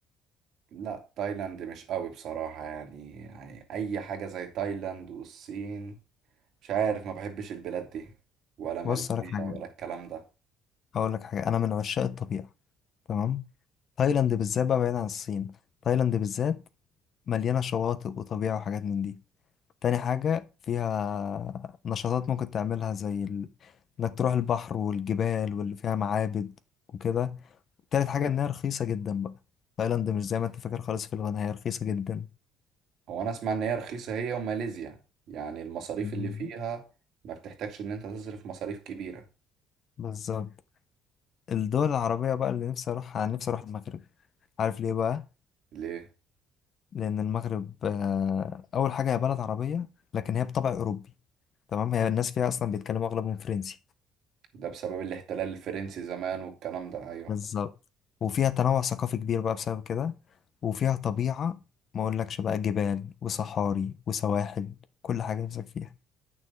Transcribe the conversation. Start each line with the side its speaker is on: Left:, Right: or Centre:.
Right: لا تايلاند مش قوي بصراحة يعني, يعني أي حاجة زي تايلاند والصين مش عارف ما بحبش البلاد دي ولا ماليزيا
Left: بص هقولك حاجة
Right: ولا الكلام ده
Left: هقولك حاجة أنا من عشاق الطبيعة تمام تايلاند بالذات بقى بعيد عن الصين تايلاند بالذات مليانة شواطئ وطبيعة وحاجات من دي تاني حاجة فيها نشاطات ممكن تعملها زي ال... انك تروح البحر والجبال واللي فيها معابد وكده تالت حاجة انها رخيصة جدا بقى تايلاند مش زي ما انت فاكر خالص في الغنى هي رخيصة جدا
Right: هو أنا أسمع إن هي رخيصة هي وماليزيا يعني المصاريف
Left: مم.
Right: اللي فيها ما بتحتاجش إن أنت تصرف مصاريف كبيرة
Left: بالظبط الدول العربية بقى اللي نفسي اروحها انا نفسي اروح المغرب عارف ليه بقى
Right: ليه؟
Left: لأن المغرب آه، أول حاجة هي بلد عربية لكن هي بطبع أوروبي تمام هي الناس فيها أصلا بيتكلموا أغلبهم فرنسي
Right: ده بسبب الاحتلال الفرنسي زمان والكلام ده أيوه
Left: بالظبط وفيها تنوع ثقافي كبير بقى بسبب كده وفيها طبيعة ما أقولكش بقى جبال وصحاري وسواحل كل حاجة نفسك فيها